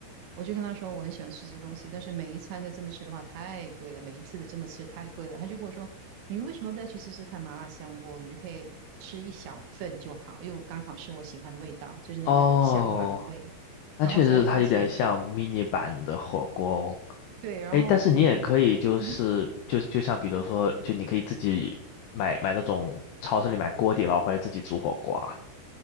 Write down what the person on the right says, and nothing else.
我就跟她说我很喜欢吃这个东西，但是每一餐都这么吃的话太贵了，每一次都这么吃太贵了。她就跟我说，你为什么不要去试试看麻辣香锅？你就可以吃一小份就好，又刚好是我喜欢的味道，就是那个香麻味。
然后我才发现，
对，然后我就
嗯